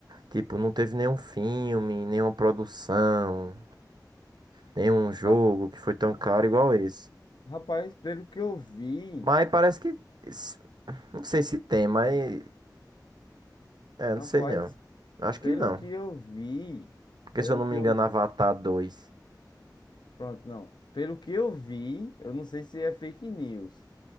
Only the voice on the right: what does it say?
Tipo, não teve nenhum filme, nenhuma produção, nenhum jogo
que foi tão caro igual esse.
Mas parece que. s- Não sei se tem, mas. É,
não sei não. Acho
que não.
Porque
se eu não
me
engano,
Avatar 2.